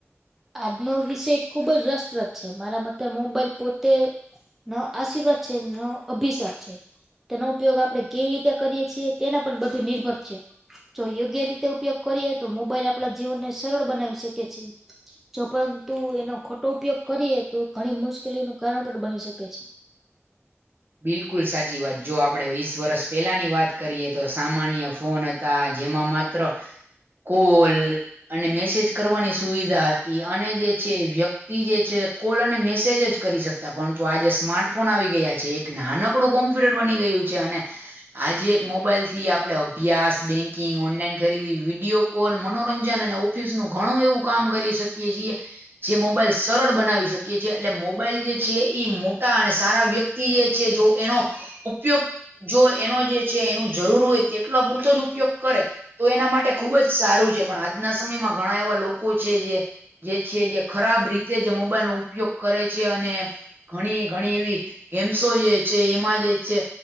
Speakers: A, in the centre; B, on the right.
A: આજનો વિષય ખુબ રસપ્રદ છે. મારા મતે મોબાઈલ પોતે ન આશીર્વાદ છે, ન અભિસાપ છે. તેનો ઉપયોગ આપડે કેવી રીતે કરીએ છીએ તેના પર બધું નિર્ભર છે. જો યોગ્ય રીતે ઉપયોગ કરીએ તો મોબાઈલ આપણા જીવનને સરળ બનાવી શકે છે. જો પરંતુ એનો ખોટો ઉપયોગ કરીએ તો ઘણી મુશ્કેલીઓ નું કારણ પણ બની શકે છે.
B: બિલકુલ સાચી વાત જો આપડે વરસ પહેલાની વાત કરીએ તો સામાન્ય ફોન જેમાં મા ત્ર કોલ અને મેસેજ કરવાની સુવિધા હ તી અને જે છે વ્યક્ તી જે છે કોલ અને મેસેજ જ કરી શકતા, પરંતુ આ જે સ્માર્ટ ફોન આવી ગયા છે. નાનકડું કોમ્પ્યુટર બની ગયું છે અને આજે એક મોબાઈલ થી આપડે અભ્યાસ, બેંકિંગ, ઓનલાઈન ખરીદી વિડીયો ઓલ મનોરંજન અને ઓફિસ નું ઘણું એવું કામ કરી શકીએ જીએ. છે મોબાઈલ સળદ બનાવી શકીએ જ્યે એટલે મોબાઈલ જે છે ઈ મોટા અને સારા વ્યક્તિ જે છે જો એણો ઉપયોગ જો એનો જે છે એનું જરૂર ઓય તેટલો પૂરતો જ ઉપયોગ કરે તો એના માટે ખુબ જ સારું જે પણ આજના સમેયમાં ગણા એવો લોકો છે જે જે છે જે ખરાબ રીતે જે મોબાઈલનો ઉપયોગ કરાય છે અને ગણી ગણી એવી ગેમ્સો જે છે એમાં જે છે